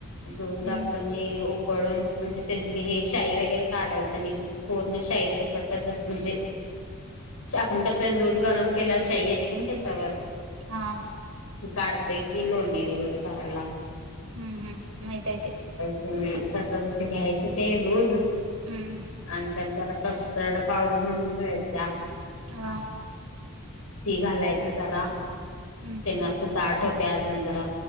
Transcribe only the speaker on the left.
दूध
आपण हे उकळून म्हणजे त्याची हे शाई वगैरे काढायचं नाही पूर्ण शाई सकटच म्हणजे, च्याआपण कसं दूध गरम केल्यावर शाही येते की नाही त्याच्यावर.
काढतोय कि लोनणी वगैरे करायला.
तसं घ्यायचं ते दूध.
आणि त्या जरा कस्टर्ड पावडर म्हणून मिळत्या.
ते घालायचं जरा.
त्यांना
असं दाट होते अजून जरा